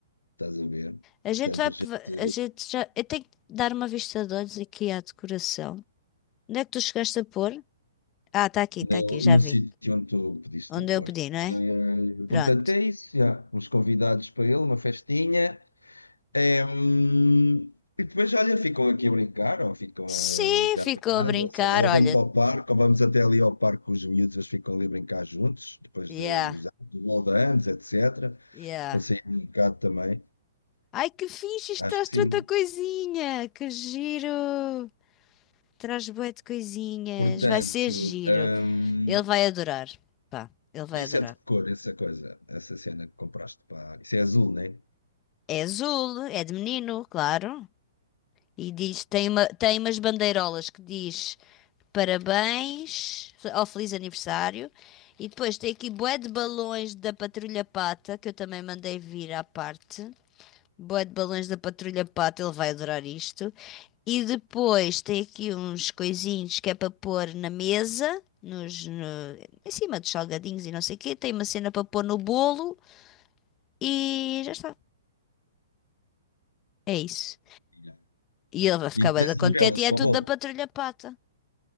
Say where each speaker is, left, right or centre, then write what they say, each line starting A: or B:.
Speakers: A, on the left; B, on the left.
A: Estás a ver?
B: A
A: Portanto,
B: gente vai,
A: a gente
B: a gente já, eu tenho que dar uma vista de olhos aqui à decoração. Onde é que tu chegaste a pôr? Ah, está aqui,
A: no,
B: está aqui, já
A: no
B: vi.
A: sítio onde tu pediste
B: Onde
A: para pôr.
B: eu pedi, não é?
A: Eh,
B: Pronto.
A: Portanto, é isso, já. Uns convidados para ele, uma festinha. Eh, hum, e depois, olha, ficam aqui a brincar, ou ficam
B: Sim,
A: a jogar
B: ficou
A: apanhado,
B: a brincar,
A: ou, sei lá, ou
B: olha.
A: vão para o parque, ou vamos até ali ao parque com os miúdos, eles ficam ali a brincar juntos, depois
B: Yeah,
A: de, dos anos, do bolo de anos, etc.
B: yeah.
A: Para sair um bocado também.
B: Ai, que fixe, isto
A: Acho
B: traz
A: que
B: tanta
A: sim.
B: coisinha, que giro. Traz bué de coisinhas,
A: Portanto,
B: vai ser giro.
A: hum,
B: Ele vai adorar. Pá, ele vai
A: isso
B: adorar.
A: é de que cor, essa coisa, essa cena que compraste para. Isso é azul, né?
B: É azul, é de menino, claro. E diz, tem uma, tem umas bandeirolas que diz parabéns ou feliz aniversário. E depois tem aqui bué de balões da Patrulha Pata, que eu também mandei vir à parte. Bué de balões da Patrulha Pata, ele vai adorar isto. E depois tem aqui uns coisinhos que é para pôr na mesa, nos, no- em cima dos salgadinhos e não sei o quê. Tem uma cena para pôr no bolo e já está. É isso.
A: Yeah.
B: E ele vai ficar
A: E
B: bem
A: tens
B: da
A: as
B: contente
A: velas
B: e é
A: para
B: tudo
A: o bolo.
B: da Patrulha Pata.